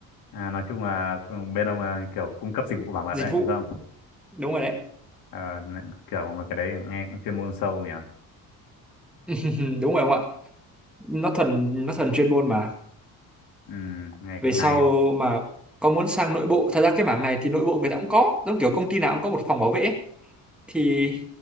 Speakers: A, on the left; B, in the centre.
A: à nói chung là cùng- bên ông là kiểu cung cấp dịch vụ bảo mật
B: dịch
A: đấy
B: vụ
A: đúng không?
B: đúng rồi đấy
A: Ờ, n- kiểu mà cái đấy nghe cũng chuyên môn sâu nhỉ.
B: <laughs> đúng rồi ông ạ nó thuần nó thuần chuyên môn mà
A: Ừm, nghe
B: về
A: cũng
B: sau
A: hay. đấy.
B: mà có muốn sang nội bộ thật ra cái mảng này thì nội bộ người ta cũng có giống kiểu công ty nào cũng có một phòng bảo vệ ấy. thì